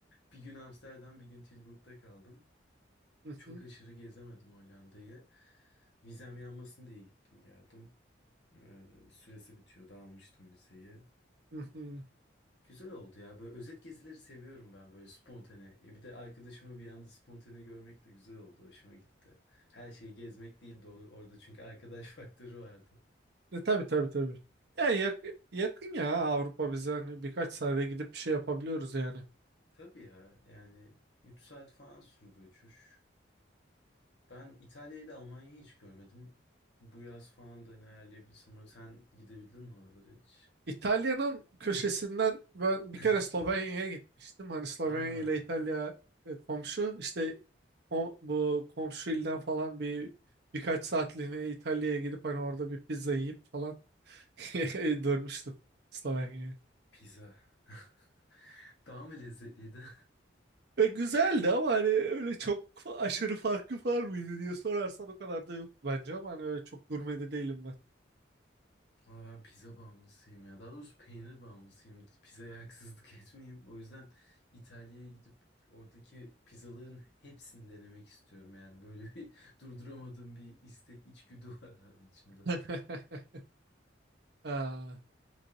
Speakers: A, on the left; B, on the right.
A: Bir gün Amsterdam, bir gün Tilburg'da kaldım.
B: mhm,
A: Çok aşırı gezemedim Hollanda'yı. Vizem yanmasın diye gittim geldim. Ee, süresi bitiyordu almıştım vizeyi.
B: mhm.
A: Güzel oldu ya. Böyle özet gezileri seviyorum ben böyle spontane. E bir de arkadaşımı bir anda spontane görmek de güzel oldu. Hoşuma gitti. Her şeyi gezmek değil de or- orada çünkü arkadaş <laughs> faktörü vardı.
B: E, tabii tabii tabii. Ya yak- yakın ya Avrupa bize hani birkaç saate gidip bir şey yapabiliyoruz yani.
A: Tabii ya yani 3 saat falan sürdü uçuş. Ben İtalya ile Almanya'yı hiç görmedim. Bu yaz falan da hani ayarlayabilirsem. Sen gidebildin mi oralara hiç?
B: İtalya'nın köşesinden ben
A: <laughs>
B: bir kere Slovenya'ya gitmiştim. Hani Slovenya
A: Aa,
B: ile İtalya e, komşu. İşte o, bu komşu ilden falan bir birkaç saatliğine İtalya'ya gidip hani orada bir pizza yiyip falan <laughs> dönmüştüm Slovenya'ya.
A: pizza. <laughs> Daha mı lezzetliydi?
B: E, güzeldi ama hani öyle çok aşırı farkı var mıydı diye sorarsan o kadar da yok bence ama hani öyle çok gurme de değilim ben.
A: Ama ben pizza bağımlısıyım ya. Daha doğrusu peynir bağımlısıyım. Pizzaya haksızlık <laughs> etmeyeyim. O yüzden İtalya'ya gidip oradaki pizzaların hepsini denemek istiyorum. Yani böyle bir <laughs> durduramadığım bir istek, içgüdü var abi içimde.
B: <laughs> Aa,